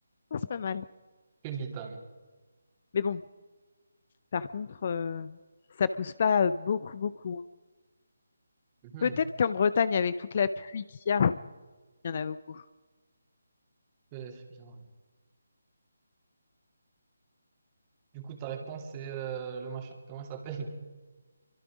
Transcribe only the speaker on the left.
Oh, c'est pas mal.
Mais bon, par contre, euh, ça pousse pas euh, beaucoup, beaucoup. hein.
Peut-être qu'en Bretagne, avec toute la pluie qu'il y a, il y en a beaucoup.